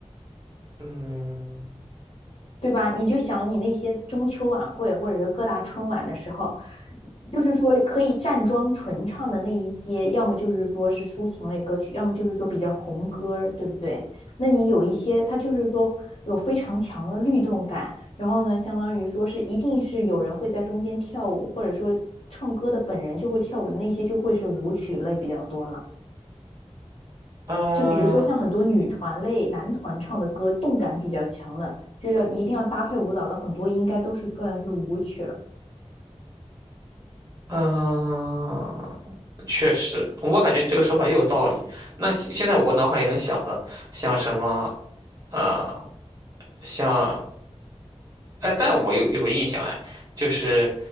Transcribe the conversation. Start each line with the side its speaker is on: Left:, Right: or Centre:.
Right: 嗯，
Left: 对吧？你就想你那些中秋晚会或者是各大春晚的时候，就是说可以站桩纯唱的那一些，要么就是说是抒情类歌曲，要么就是说比较红歌对不对？那你有一些，它就是说有非常强的律动感，然后呢，相当于说是一定是有人会在中间跳舞，或者说唱歌的本人就会跳舞的那些，就会是舞曲类比较多了。
Right: 呃，
Left: 就比如说像很多女团类、男团唱的歌，动感比较强的，就要一定要搭配舞蹈的，很多应该都是算是舞曲了。
Right: 嗯、确实，我感觉你这个说法也有道理。那现现在我脑海里能想的，像什么呃，像哎，但我有有个印象哎，就是